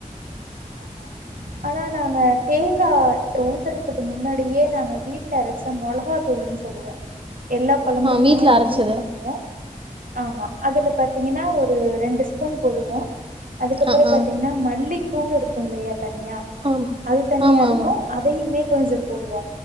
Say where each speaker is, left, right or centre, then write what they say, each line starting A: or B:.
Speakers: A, on the right (about 85°); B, on the right (about 40°).
A: ஆ ஆனா நாங்க தேங்கா ஊத்தறதுக்கு முன்னாடியே நாங்க வீட்ல அரச்ச மொளஹா தூளுன் சொல்லுவோ எல்லா கொழம்புக்குமே
B: ஆ வீட்ல
A: அத
B: அரச்சது
A: யூஸ் பண்ணுவோ ஆமா அதுல பாத்தீங்கன்னா ஒரு ரெண்டு ஸ்பூன் போடுவோ அதுக்கப்பறொ
B: ஆ ஆ
A: பாத்தீங்னா மல்லி தூள் இருக்குலயா தனியா
B: ஆமா
A: அது தனியா
B: ஆமா
A: இருக்கு
B: ஆமா
A: அதையுமே கொஞ்ச போடுவோ